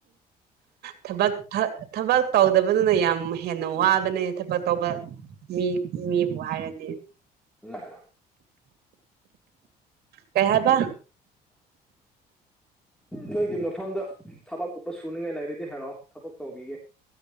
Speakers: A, on the right; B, in the centre.
A: ꯊꯕꯛ ꯊꯕꯛ ꯇꯧ ꯇꯗꯕꯗꯨꯅ ꯌꯥꯝ ꯍꯦꯟꯅ ꯋꯥꯕꯅꯦ ꯊꯕꯛ ꯇꯧꯕ ꯃꯤ ꯃꯤꯕꯨ ꯍꯥꯏꯔꯒꯦ
B: ꯎꯝ
A: ꯀꯌꯥꯕ
B: ꯅꯣꯏꯒꯤ ꯃꯐꯝꯗ ꯊꯕꯛꯀꯨꯝꯄ ꯁꯨꯅꯤꯉꯥꯏ ꯂꯩꯔꯗꯤ ꯍꯥꯏꯔꯛꯑꯣ ꯊꯕꯛ ꯇꯧꯈꯤꯒꯦ